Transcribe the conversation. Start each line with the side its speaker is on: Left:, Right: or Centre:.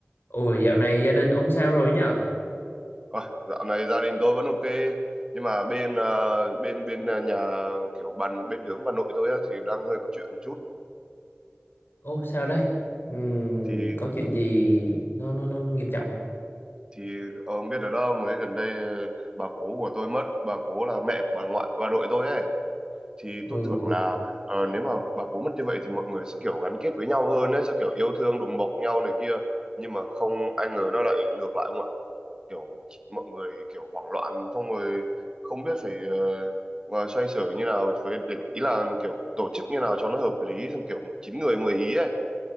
Left: Ôi dạo này gia đình ông sao rồi nhở?
Right: Ôi, dạo này gia đình tôi vẫn ok nhưng mà bên à, bên bên à, nhà kiểu bàn bên hướng bà nội tôi á, thì đang hơi có chuyện một chút
Left: Ô sao đây? Ừm,
Right: thì
Left: có chuyện gì nó nó nó, nó nghiêm trọng không?
Right: thì ông biết ở đâu mới gần đây ờ, bà cố của tôi mất bà cố là mẹ của bà ngoại bà nội tôi ấy thì
Left: Ừ,
Right: tôi tưởng là ờ, nếu mà bà cố mất như vậy thì mọi người sẽ kiểu gắn kết với nhau hơn ấy sẽ kiểu yêu thương đùm bọc nhau này kia nhưng mà không ai ngờ nó lại ngược lại kiểu mọi người kiểu hoảng loạn xong rồi không biết phải ờ, mà xoay sở như nào với để ý là kiểu tổ chức như nào cho nó hợp lý xong kiểu chín người 10 ý ấy